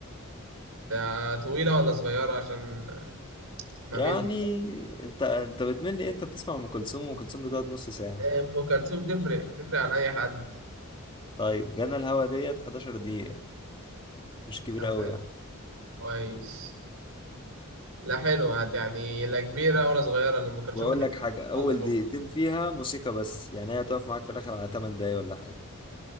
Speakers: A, on the right; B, on the left.
A: ده طويلة ولا صغيرة عشان ما
B: يعني
A: مل
B: انت انت بتمل ايه انت بتسمع ام كلثوم وام كلثوم بتقعد نص ساعه
A: أم كلثوم تفرق تفرق عن أي حد
B: طيب جانا الهوا ديت 11 دقيقه مش كبيره
A: لا
B: قوي
A: حلو
B: يعني
A: كويس لا حلوة يعني لا كبيرة ولا صغيرة لأم كلثوم
B: واقول
A: بتتكلم
B: لك حاجه اول
A: الله ربع
B: دقيقتين فيها موسيقى بس يعني هي هتقف معاك في الاخر على 8 دقايق ولا حاجه